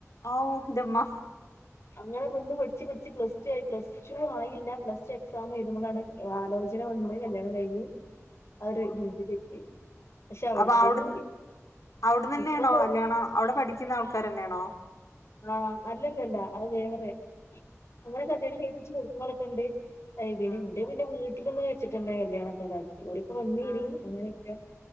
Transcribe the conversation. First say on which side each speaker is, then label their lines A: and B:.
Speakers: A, on the left; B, on the left.
A: ഔ എന്റെമ്മ
B: അങ്ങനെ നിന്ന് പഠിച്ച് പഠിച്ച് പ്ലസ് പ്ലസ്ടു ആയില്ല പ്ലസ്ടു എക്സാം ചെയ്ത് കൊണ്ടാണ് ആലോചന വന്നത് കല്യാണം കഴിഞ്ഞു ആഹ് ഒരു രീതിയിലെത്തി പക്ഷെ അവിടുത്തൊരു
A: അപ്പൊ അവിടിന്ന് അവിട്ന്ന് തന്നെയാണോ
B: ഇപ്പൊ നോ-
A: കല്യാണം അവിടെ പഠിക്കുന്ന ആൾക്കാരന്നാണോ തന്നെയാണോ
B: ആഹ് അല്ലല്ലല്ല അത് വേറെ അങ്ങനെ കല്യാണം കഴിപ്പിച്ചു കൊടുക്കുന്നലരൊക്കെണ്ട് അയില്
A: ആഹ്
B: ഇന്റെ പിന്നെ വീട്ടിൽന്ന് വച്ചിട്ടന്നെ ഇണ്ടായ കല്യാണക്കാരാക്കി ഓരൊക്കെ വന്നീനി
A: ആഹ്
B: അങ്ങനെയൊക്കെ